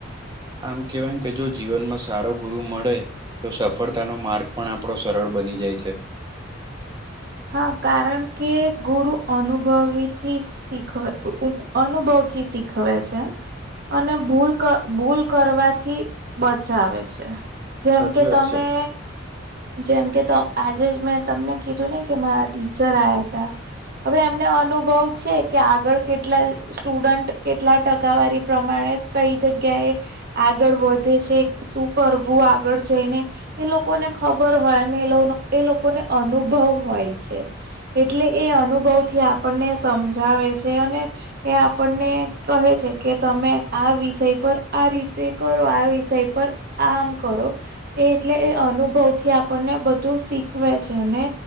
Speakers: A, on the right; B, on the right.
A: આમ કહેવાય કે જો જીવનમાં સારો ગુરુ મળે તો સફળતાનો માર્ગ પણ આપણો સરળ બની જાય.
B: હા કારણ કે ગુરુ અનુભવીથી શીખ અનુભવથી શીખવે છે. અને ભૂલ ભૂલ કરવાથી બચાવે છે. જેમ
A: સાચી
B: કે
A: વાત
B: તમે
A: છે
B: જેમ કે આજે જ તમને મેં કીધું નય કે મારા ટીચર આયા તા. હવે એમને અનુભવ છે કે આગળ કેટલા સ્ટુડન્ટ કેટલા ટકાવારી પ્રમાણે કઈ જગ્યાએ આગળ વધે છે શું કરવું આગળ જઈને એ લોકોને ખબર હોય અને એ એ લોકોને અનુભવ હોય છે એટલે એ અનુભવથી આપણને સમજાવે છે અને એ આપણને કહે છે કે તમે આ વિષય પર આ રીતે કરો આ વિષય પર આમ કરો એ એટલે એ અનુભવથી આપણને બધું શીખવે છે અને